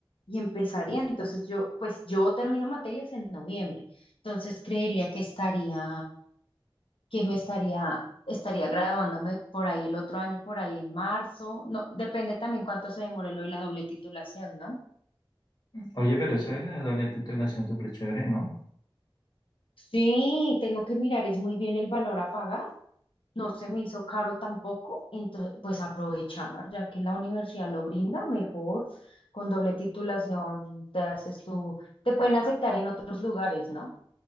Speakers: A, on the left; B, on the left.
A: y empezaría. Entonces yo, pues yo termino materias en noviembre. Entonces creería que estaría, que me estaría, estaría graduándome por ahí el otro año, por ahí en marzo. No, depende también cuánto se demore lo de la doble titulación, ¿no?
B: Oye, pero eso de la doble titulación súper chévere, ¿no?
A: Sí, tengo que mirar, es muy bien el valor a pagar no se me hizo caro tampoco, entonces pues aprovechar, ya que la universidad lo brinda mejor, con doble titulación te haces tu, te pueden aceptar en otros lugares, ¿no?